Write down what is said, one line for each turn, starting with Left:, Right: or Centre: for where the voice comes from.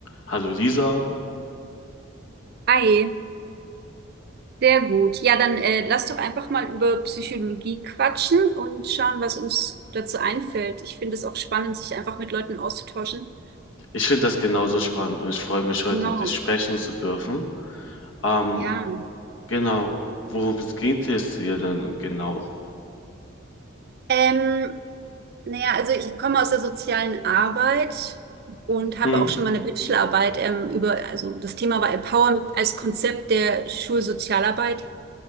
Left: Hallo Lisa,
Right: Hi, sehr gut. Ja, dann äh, lass doch einfach mal über Psychologie quatschen und schauen, was uns dazu einfällt. Ich finde es auch spannend, sich einfach mit Leuten auszutauschen.
Left: ich finde das genauso spannend und ich freue mich, heute
Right: Genau,
Left: dich sprechen zu dürfen. Ähm,
Right: ja.
Left: genau, worum es geht es dir denn genau?
Right: Ähm, naja, also ich komme aus der sozialen Arbeit und habe
Left: Hm,
Right: auch schon mal eine Bachelorarbeit ähm, über, also das Thema war Empowerment als Konzept der Schulsozialarbeit